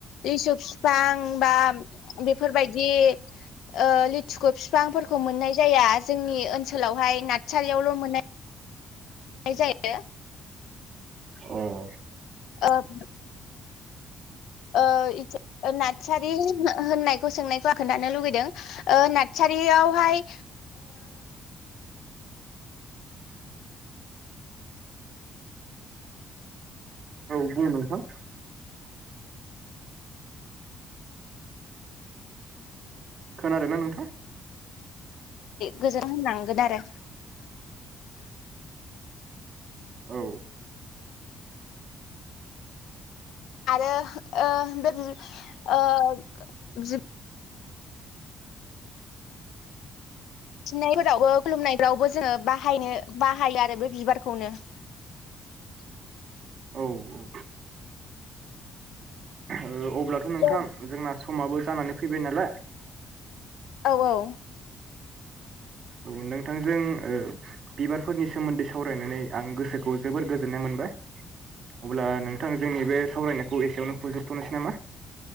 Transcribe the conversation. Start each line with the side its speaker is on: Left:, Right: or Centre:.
Left: लिसु फिफां बा बेफोरबायदि ओ लिथुखु फिफांफोरखौ मोननाय जाया जोंनि ओनसोलावहाय नारसाारियावल' मोननाय नाय जायो
Right: अह।
Left: ओं। ओ नादसारि होननायखौ सोंनायखौ आं खोन्थानो लुगैदों नादसारियावहाय
Right: औ बुं नोंथां। खोनादों ना नोंथां
Left: गोजोन होनलांगोन आरो।
Right: औ।
Left: आरो ओह ओह जिब फिननायफोरावबो खुलुमनायफोरावबो जोङो बाहायनो बाहायो आरो बे बिबारखौनो <inaudible>
Right: औ औ। ओ अब ब्लाथ नोंथां
Left: औ
Right: जोंना समाबो जानानै फैबाय नालाय
Left: औ औ
Right: औ नोंथांजों ओ बिबारफोरनि सोमोन्दै सावरायनानै आं गोसोखौ जोबोर गोजोननाय मोनबाय अब्ला नोंथां जोंनि बे सावरायनायखौ एसेयावनो फोजोबथनोसै नामा?